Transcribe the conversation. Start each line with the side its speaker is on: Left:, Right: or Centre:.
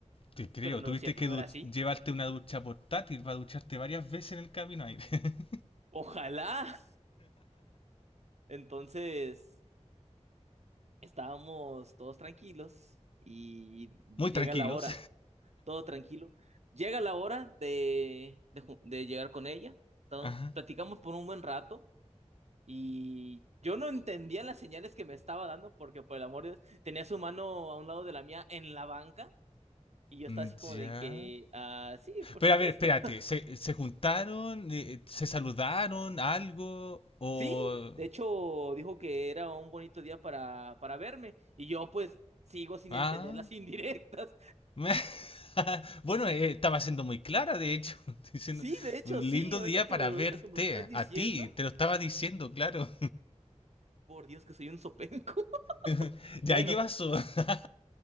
Left: Te creo,
Right: pero no
Left: tuviste
Right: es cierto,
Left: que
Right: no
Left: duch-
Right: era así,
Left: llevarte una ducha portátil para ducharte varias veces en el camino ahí. <laughs>
Right: ojalá, <laughs> entonces... Estábamos todos tranquilos y
Left: Muy
Right: llega
Left: tranquilos.
Right: la hora, todo tranquilo. Llega la hora de, de, ju- de llegar con ella. Entonces,
Left: <laughs> Ajá.
Right: platicamos por un buen rato y yo no entendía las señales que me estaba dando porque, por el amor de Dios, tenía su mano a un lado de la mía en la banca y yo
Left: Mm,
Right: estaba así como
Left: Ya.
Right: de que, ah, sí, por
Left: Pero
Right: supuesto.
Left: a ver, espérate, ¿se, se juntaron? Eh, ¿Se saludaron? ¿Algo? ¿O...?
Right: Sí, de hecho dijo que era un bonito día para, para verme y yo pues sigo sin
Left: Ah.
Right: entender las <laughs> indirectas.
Left: <laughs> Bueno, eh, estaba siendo muy clara, de hecho, <laughs> diciendo
Right: Sí, de hecho,
Left: un
Right: sí,
Left: lindo
Right: ahorita
Left: día
Right: que
Left: para
Right: me, ahorita
Left: verte,
Right: que me lo estás diciendo,
Left: a ti, te lo estaba diciendo, claro.
Right: por Dios que soy un sopenco. <laughs>
Left: <laughs> Ya,
Right: Bueno,
Left: ¿y qué pasó? <laughs>